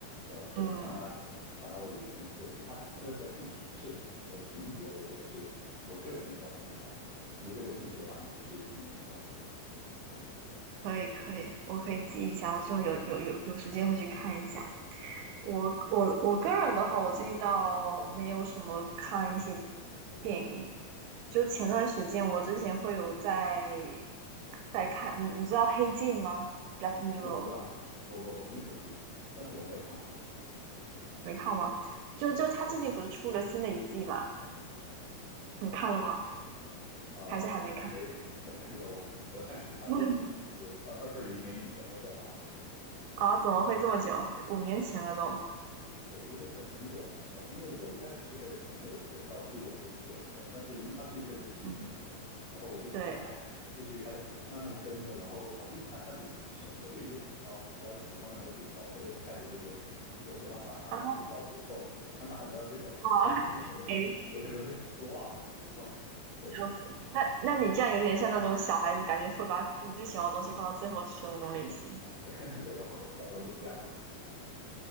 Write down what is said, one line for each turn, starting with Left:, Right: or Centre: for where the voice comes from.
Left: 呃，喝鸡汤啊，
Right: 嗯
Left: 讲讲大道理的那种电影。它它的表现形式和情节，我觉得是我个人比较喜欢的。如果有兴趣的话，你可以去嗯了解一下。
Right: 可以可以，我可以记一下，我之后有有有有时间会去看一下。我我我个人的话，我最近倒没有什么看一些电影。就前段时间，我之前会有在在看，你你知道《黑镜》吗？《Black Mirror》
Left: 我知道啊，我我我很喜欢黑镜，但是我没有看完。
Right: 没看吗？就就他最近不是出了新的一季嘛？
Left: 嗯。
Right: 你看了吗？
Left: 呃，
Right: 还是还没看？
Left: <laughs> 没有没有，我我上一次看黑镜已经是二二二零年以前的事儿了，
Right: <laughs> 啊，怎么会这么久？五年前了都。
Left: 对，真的很很久了。然后因为我一开始是被朋友介绍入了黑镜这个坑，但是因为它是一个连续剧嘛，
Right: 嗯，
Left: 然后我就想着，
Right: 对。
Left: 哎，反正连续剧它就慢慢跟着，然后然后因为它它剧情很神，我对于比较比较喜欢的东西保留的一直态度就是。我喜欢把它留到最后，
Right: 啊
Left: <laughs> 我想把它留到最后，
Right: 啊，
Left: 然后在后面很多留着留着就忘了，
Right: 诶，
Left: 就忘了。对
Right: 笑死！那那你这样有点像那种小孩子，感觉会把自己最喜欢的东西放到最后吃的那种类型。
Left: 啊、对 <laughs> 对的，我我小时候就是这样的。